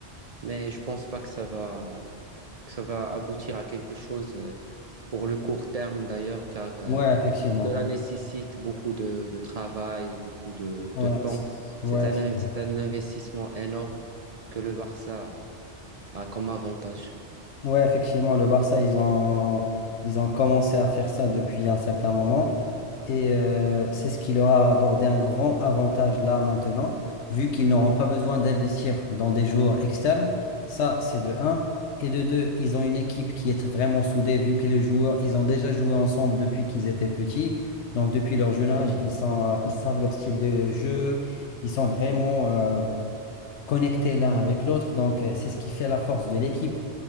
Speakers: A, on the right (about 50°); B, on the left (about 80°).
A: mais je pense pas que ça va, que ça va aboutir à quelque chose euh, pour le court terme d'ailleurs, car euh,
B: ouais, effectivement.
A: cela nécessite beaucoup de, de travail et beaucoup de,
B: Ouais,
A: de temps.
B: ouais,
A: C'est un,
B: c'est
A: in-
B: vrai.
A: c'est un investissement énorme que le Barça a, a comme avantage.
B: Ouais, effectivement, le Barça, ils ont, ils ont commencé à faire ça depuis un certain moment. Et euh, c'est ce qui leur a accordé un grand avantage là maintenant, vu qu'ils n'auront pas besoin d'investir dans des joueurs externes. Ça, c'est de un, Et de 2, ils ont une équipe qui est vraiment soudée, vu que les joueurs, ils ont déjà joué ensemble depuis qu'ils étaient petits. Donc, depuis leur jeune âge, ils sont, euh, ils savent leur style de jeu. Ils sont vraiment... euh, connectés l'un avec l'autre. Donc, euh, c'est ce qui fait la force de l'équipe.